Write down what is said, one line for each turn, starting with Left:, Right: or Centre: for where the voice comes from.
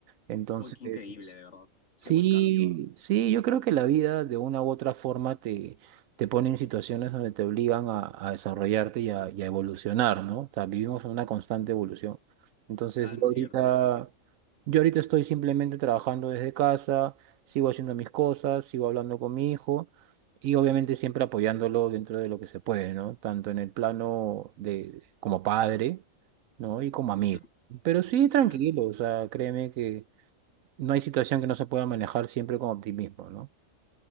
Right: Entonces...
Left: Uy, qué increíble, de verdad.
Right: Sí,
Left: Qué buen cambio. ah.
Right: sí, yo creo que la vida de una u otra forma te, te pone en situaciones donde te obligan a, a desarrollarte y a, y a evolucionar, ¿no? O sea, vivimos en una constante evolución. Entonces,
Left: Tan
Right: yo ahorita,
Left: cierto, sí.
Right: yo ahorita estoy simplemente trabajando desde casa, sigo haciendo mis cosas, sigo hablando con mi hijo y obviamente siempre apoyándolo dentro de lo que se puede, ¿no? Tanto en el plano de como padre, ¿no? Y como amigo.
Left: Ujú,
Right: Pero sí, tranquilo,
Left: Claro.
Right: o sea, créeme que no hay situación que no se pueda manejar siempre con optimismo, ¿no?